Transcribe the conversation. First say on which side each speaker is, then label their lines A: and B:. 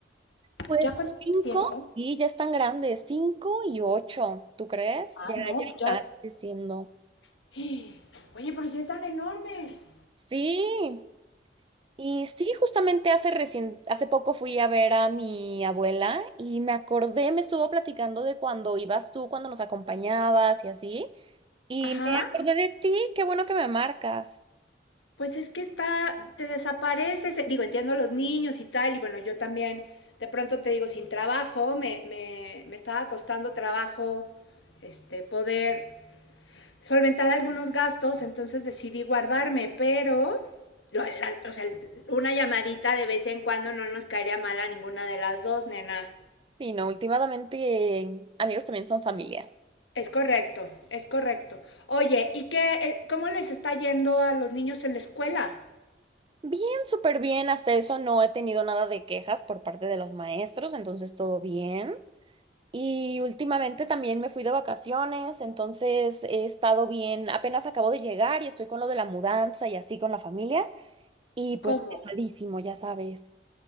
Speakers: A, on the right; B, on the left.
A: pues
B: ¿Ya cuántos años
A: cinco,
B: tienen?
A: sí, ya están grandes, cinco y ocho, ¿tú crees?
B: Ah,
A: Ya, ya
B: no, pues
A: están
B: ya.
A: creciendo.
B: <gasps> Oye, pero si sí están enormes.
A: Sí. Y sí, justamente hace recien- hace poco fui a ver a mi abuela y me acordé, me estuvo platicando de cuando ibas tú, cuando nos acompañabas y así. Y
B: Ajá.
A: me acordé de ti, qué bueno que me marcas.
B: Pues es que está, te desapareces, eh, digo, entiendo los niños y tal, y bueno, yo también, de pronto te digo, sin trabajo, me, me, me estaba costando trabajo este, poder solventar algunos gastos, entonces decidí guardarme, pero, lo- la- o sea, una llamadita de vez en cuando no nos caería mal a ninguna de las dos, nena.
A: Sí, no, últimamente eh, amigos también son familia.
B: Es correcto, es correcto. Oye, ¿y qué, eh, cómo les está yendo a los niños en la escuela?
A: Bien, súper bien, hasta eso no he tenido nada de quejas por parte de los maestros, entonces todo bien. Y últimamente también me fui de vacaciones, entonces he estado bien, apenas acabo de llegar y estoy con lo de la mudanza y así con la familia. Y pues
B: ¿Cómo?
A: pesadísimo, ya sabes.